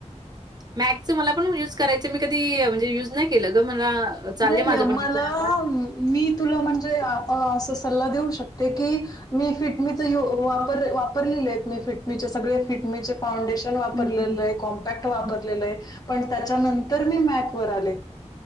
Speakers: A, on the right (about 35°); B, on the left (about 30°).
A: मॅगच मला पण युज करायच मी कधी म्हणजे युज नाही केलं ग मला.... चाललंय
B: नाहीय
A: माझा पण
B: मला...
A: विचार आता.
B: मी तुला म्हणजे अस सल्ला देऊ शकते की मी फिटमीचा वापर... वापरलेले आहेत मी फिटमीचे सगळे फिटमीचे.... फाउंडेशन वापरलेलं
A: हं, हं,
B: आहे कॉम्पॅक्ट वापरलेलं
A: हं, हं.
B: आहे पण त्याच्यानंतर मी मॅकवर आले.....